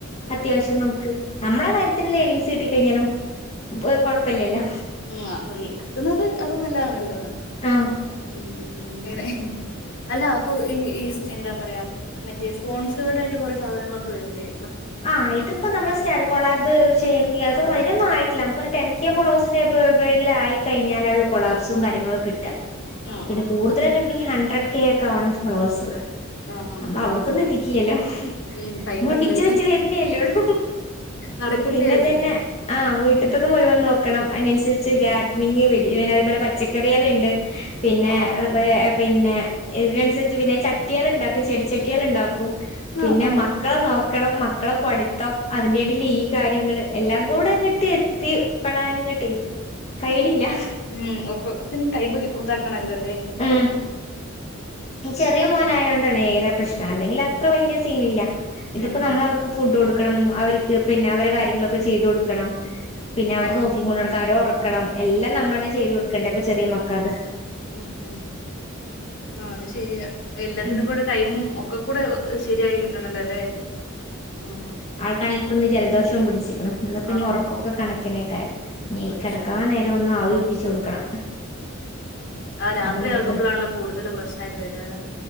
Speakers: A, on the left; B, on the left.
A: അത്യാവശ്യംനമുക്ക്നമ്മളെ കാര്യത്തിനുള്ളഎണിങ്സ് കിട്ടിക്കഴിഞ്ഞാലുംഒരുകൊഴപ്പല്ലല്ലോ
B: ഉംആഹ് കിട്ടുന്നത്അത് നല്ലതാണല്ലോന്ന്
A: ആഹ്
B: ഉം ഇങ്ങനെ അല്ല അപ്പൊ ഇഞ് ഈസ് എന്താ പറയാ മറ്റേ സ്പോൺസേർഡായിട്ട് കൊറെേ സാധനങ്ങളൊക്കെവരുംല്ലേ
A: ആഹ്ഇതിപ്പ നമ്മള്സ്റ്റാഡ്കോളാബ് ചെയ്യണെങ്കിഅയിനൊന്നായിട്ടില്ല
B: ആഹ്
A: ഒരുടെൻകെഫളേഴ്സിന്റെ ബോബ്കില്ആയികഴിഞ്ഞാല കോളാബ്സും കാര്യങ്ങളൊക്കെകിട്ട
B: ആഹ്
A: പിന്നെകൂടുതല്കിട്ടണങ്കി
B: ആഹ്
A: ഹണ്ടഡ്രഡ്കെ ക്കെആവണം ഫളോഴസ്
B: ആഹ്
A: നമ്മഅവിടക്കൊന്നും
B: ആഹ്
A: എത്തിട്ടില്ലല്ലോ
B: ഉം ടൈമുണ്ട്
A: നമ്മൾപിച്ചവെച്ച് വരണേല്ലോള്ളു
B: നടക്കട്ടെന്ന്
A: പിന്നെതന്നെ ആ്ൾഹ് വീട്ടത്തത് മുഴുവൻനോക്കണം അയിനനുസരിച്ച്ഗ്യാ
B: ഉം
A: റിങ്ങിവരെ അത്പോലെ പച്ചക്കറിയെല്ണ്ട് പിന്നെ
B: ആഹ്
A: അത്പോലെ പിന്നെ ഇതിനനുസരിച്ച് പിന്നെചട്ടിയേള് ണ്ടാക്കും ചെടിച്ചട്ടിയേള്ണ്ടാക്കും പിന്നെമക്കളെനോ
B: ആഹ് ആഹ്
A: ക്കണം മക്കളെ പഠിത്തം അതിന്റെടിൽഈ കാര്യങ്ങള്എല്ലാംകൂടെ ഇങ്ങട്ട് എത്തിപ്പെടാനും ങ്ങട്ടികഴിണില്ല
B: ഉം ഉം ഒക്കത്തിന് ടൈമ് ഇതാക്കണല്ലോ ല്ലേ
A: ഹ് ഈചെറിയമോനായോണ്ടാണ് ഏറെപ്രശ്നംഅല്ലെങ്കി അത്രവലിയ സീനില്ല ഇതിപ്പോ
B: ഉം
A: നമ്മള വർക്ക്ഫുഡ് കൊടുക്കണംഅവര്ക്ക്പിന്നെ അവരെകാര്യങ്ങള് ഒക്കെ ചെയ്തൊടുക്കണം പിന്നെ അവരെ
B: ആഹ്
A: നോക്കിങ്ങോട് നടക്കഅവരോർ ക്കണം എല്ലാം നമ്മളെന്നെ ചെയ്തു കൊടുക്കേണ്ടേ ഇപ്പൊ ചെറിയമക്കാ അത്
B: ഉ ഉം ആഹ് അത് ശെരിയാ എല്ലാത്തിനും
A: ഉം
B: കൂടെ ടൈമും ഒക്കെ കൂടെ ശെരിയായി കിട്ടണല്ലോല്ലേഉം
A: ഇൻ ക്കണി ഇപ്പൊന്ന് ജലദോഷം പിടിച്ചിക്ക്ണ് ഇന്ന് ഇപ്പഞ്ഞി
B: ആണോ
A: ഒറക്കൊക്കെ കണക്കന്നെയിക്കാരം ഞ്ഞികെടക്കാനേ
B: അശോ
A: ഇഞ്ഞോന്ന് ആവിടിപ്പിച്ചു കൊടുക്കണം
B: ആഹ്ആരാത്രി
A: അത് നടക്ക
B: ആകുമ്പോളാണല്ലോകൂടുതല് പ്രശ്നമായിട്ട് വരലെഉം